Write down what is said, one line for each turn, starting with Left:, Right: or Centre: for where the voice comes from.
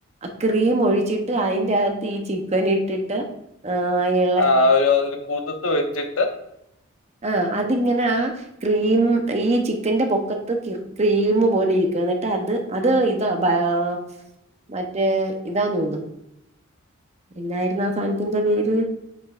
Right: അക്രീംഒഴിച്ചിട്ട്അയിന്റെകത്ത്ഈ ചി്ക്കനിട്ടിട്ട് ആഹ്എ
Left: ആഹ് അവരയില്കുതത്ത് വെച്ചിട്ട്
Right: ആഹ് അതിങ്ങനെ ആഹ് ക്രീമും ഈചിക്കന്റെപൊക്കത്ത്ക്രീ ക്രീമ് പോലെഇരിക്കും എന്നിട്ടത്അത് ഇതാഭയ അഹ് മറ്റേ ഇതാതോന്ന്ണു എന്നായിരുന്നു ആ സാനത്തിന്റെപേര്